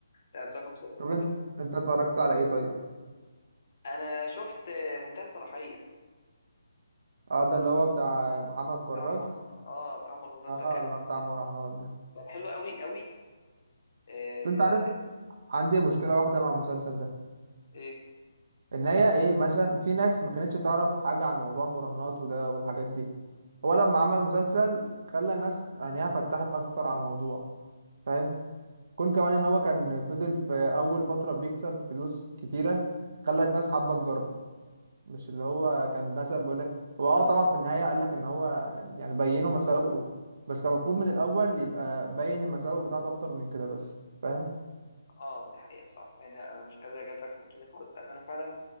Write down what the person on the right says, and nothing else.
طب
أنت
أنت اتفرجت على إيه طيب؟
اه ده اللي هو بتاع محمد فراج
اه
اللي هو بتاع المراهنات ده
بس أنت عارف عندي
مشكلة واحدة مع المسلسل ده
ان هي ايه مثلا في ناس ما كانتش تعرف حاجه عن موضوع المراهنات وده والحاجات دي هو لما عمل مسلسل خلى الناس عينيها فتحت اكتر على الموضوع فاهم كون كمان ان هو كان فضل في اول فتره بيكسب فلوس كتيره خلت ناس حابه تجرب مش اللي هو كان مثلا بيقول لك هو اه طبعا في النهايه قال لك ان هو يعني بينه مساوئه بس كان المفروض من الاول يبقى باين المساوئ بتاعته اكتر من كده بس فاهم